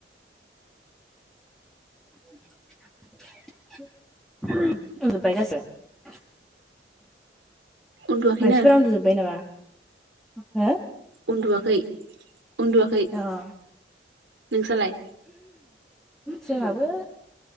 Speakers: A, in the centre; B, on the right (about 80°).
A: <unintelligible>
B: <unintelligible> उन्दुवाखैनो
A: मानसिफोरा उन्दुजोब्बाय नामा हो
B: उन्दुवाखै उन्दुवाखै
A: अह
B: नोंसालाय
A: जोंहाबो